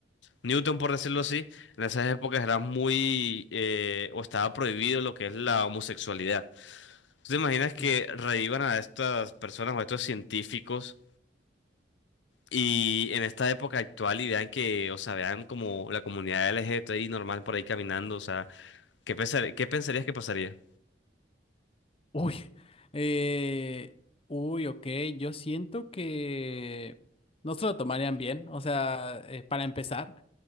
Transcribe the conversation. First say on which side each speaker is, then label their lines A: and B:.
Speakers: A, on the left; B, on the left.
A: Newton, por decirlo así, en esas épocas era muy, eh, o estaba prohibido lo que es la homosexualidad. ¿Tú te imaginas que
B: ujú.
A: revivan a estas personas o a estos científicos y en esta época actual y vean que, o sea, vean como la comunidad LGTBI normal por ahí caminando, o sea, ¿qué pensar- qué pensarías que pasaría?
B: Uy, eh, uy, ok, yo siento que no se lo tomarían bien, o sea, eh, para empezar,